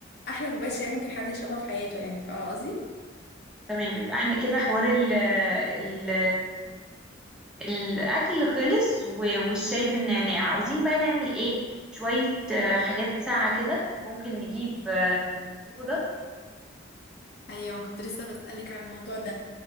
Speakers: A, on the left (about 55°); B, in the centre.
A: احلى كوباية شاي ممكن حد يشربها في حياته يعني فاهمة قصدي
B: تمام يبقى احنا كده حوار ال الاكل خلص و- والشاي بالنعناع عاوزين بقى نعمل ايه شوية آه، حاجات ساقعة كده ممكن نجيب آه، صودا
A: ايوه انا كنت لسه بسألك على الموضوع ده